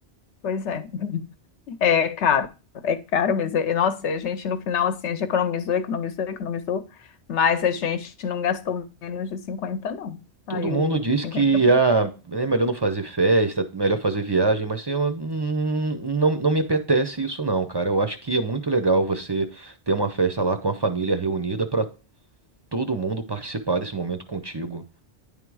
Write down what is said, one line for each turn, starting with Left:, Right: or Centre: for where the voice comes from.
Left: Pois é. <laughs> É caro, é caro mesmo. E, nossa, a gente no final, assim, a gente economizou, economizou, economizou, mas a gente não gastou menos de 50 não. Saiu
Right: Todo mundo diz
Left: cinquenta.
Right: que
Left: e alguma
Right: ah,
Left: coisa.
Right: é melhor não fazer festa, melhor fazer viagem, mas eu hum, não, não me apetece isso não, cara. Eu acho que é muito legal você ter uma festa lá com a família reunida para todo mundo participar desse momento contigo.